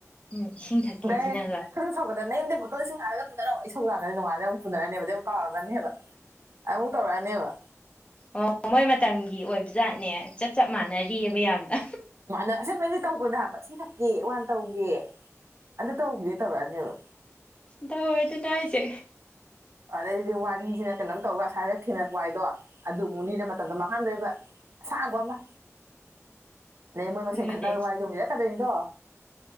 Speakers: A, on the left; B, on the right.
A: ꯎꯝ ꯏꯁꯤꯡ ꯊꯛꯀꯦꯁꯤꯅꯒ
B: ꯗꯩ ꯈꯣꯗꯧ ꯁꯧꯒꯗ ꯅꯌꯨꯝꯗꯩ ꯕꯣꯇꯜ ꯏꯁꯤꯡ ꯍꯥꯏꯔꯒ ꯄꯨꯅꯔꯛꯑꯣ ꯏꯁꯧ ꯂꯥꯛꯅꯤ ꯅꯣꯡꯉꯥꯜꯂꯒ ꯑꯃꯨ ꯄꯨꯅꯔꯛꯑꯅꯦꯕ ꯑꯗꯨꯗꯩ ꯑꯃꯨꯛ ꯀꯥꯎꯔꯥꯝꯃꯅꯤꯕ ꯑꯃꯨꯛ ꯇꯧꯔꯛꯑꯅꯦꯕ
A: ꯑꯣ ꯃꯣꯏ ꯃꯇꯝꯒꯤ ꯑꯣꯏꯕ ꯖꯥꯠꯅꯦ ꯆꯞ ꯆꯞ ꯃꯥꯟꯅꯔꯤꯌꯦꯕ ꯌꯥꯝꯅ
B: ꯃꯥꯅ ꯑꯁꯦꯡꯕꯩꯗꯤ ꯇꯧꯕꯅꯦ ꯍꯥꯏꯕ ꯏꯁꯤꯡ ꯊꯛꯀꯦ ꯋꯥꯟ ꯇꯧꯒꯦ ꯑꯗ ꯇꯧꯒꯦ ꯇꯧꯔꯛꯑꯅꯦꯕ
A: ꯗꯧꯋꯦ ꯑꯗꯨꯅꯦ ꯍꯥꯏꯖꯦ
B: ꯑꯗꯩꯗꯨꯗꯤ ꯋꯥꯔꯤꯖꯤꯅ ꯀꯩꯅꯣꯝ ꯇꯧꯕꯒ ꯑꯁꯥꯏꯗ ꯊꯦꯡꯅꯔꯛꯄ ꯋꯥꯔꯤꯗꯣ ꯑꯗꯨ ꯑꯃꯨꯛ ꯂꯤꯔ ꯃꯇꯝꯗꯣ ꯃꯥꯡ ꯍꯟꯗꯣꯏꯕ ꯑꯁꯥꯡꯕ ꯑꯃ ꯑꯗꯩ ꯃꯣꯏ ꯃꯁꯦꯟ
A: ꯑꯗꯨꯅꯦ
B: ꯈꯠꯅꯕ ꯋꯥꯔꯤꯗꯨ ꯑꯃꯨꯛ ꯂꯤꯔꯛ ꯀꯗꯣꯏꯗꯣ